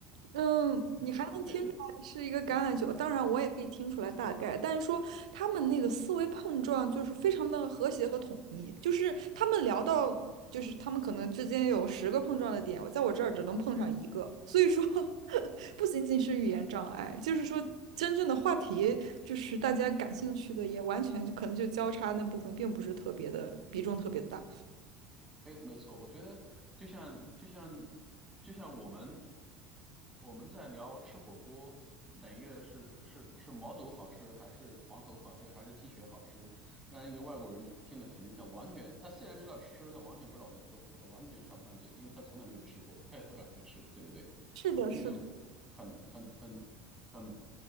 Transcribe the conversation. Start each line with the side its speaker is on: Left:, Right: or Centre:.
Right: 嗯，
Centre: 嗯对，
Right: 你还能听出来是一个橄榄球，当然我也可以听出来大概，但是说他们那个思维碰撞就是非常的和谐和统一，就是他们聊到，就是他们可能之间有十个碰撞的点，我在我这儿只能碰上一个，所以说 <laughs> 不仅仅是语言障碍，就是说真正的话题，就是大家感兴趣的，也完全就可能就交叉那部分并不是特别的比重特别大。
Centre: 没有没错，我觉得就像就像就像我们我们在聊吃火锅，哪个是是是毛肚好吃，还是黄喉好吃，还是鸡血好吃？让一个外国人听了，肯定他完全，他虽然知道吃，他完全不知道我们在说什么，他完全插不上嘴，因为他从来没有吃过，他也不敢去吃，对不对？
Right: 是的，
Centre: 这个就很很很很
Right: 是的，